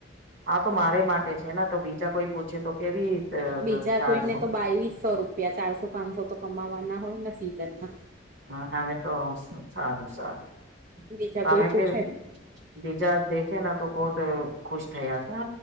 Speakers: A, on the right; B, on the right.
A: આ તો મારે માટે છે ને તો બીજા કોઈ પૂછે તો કેવી
B: બીજા
A: ચાર્જ
B: કોઈને તો બાવીસસો રૂપિયા ચારસો પાંચસો તો કમાવાના હોય ને સિઝનમાં
A: હા અમે તો સારું સારું
B: બીજા
A: તમે
B: કોઈ પૂછે
A: કે બીજા દેખે તો બહત ખુશ થયા છે